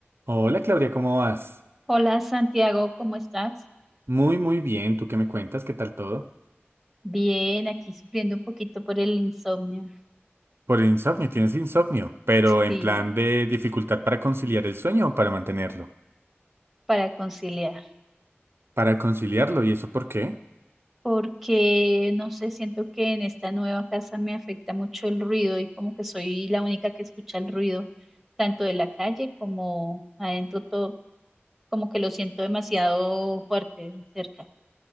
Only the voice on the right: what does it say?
Hola Claudia, ¿cómo vas?
Muy, muy bien. ¿Tú qué me cuentas? ¿Qué tal todo?
Por el insomnio, tienes insomnio, pero en
plan de dificultad para conciliar el sueño o para mantenerlo.
Para conciliarlo, ¿y eso por qué?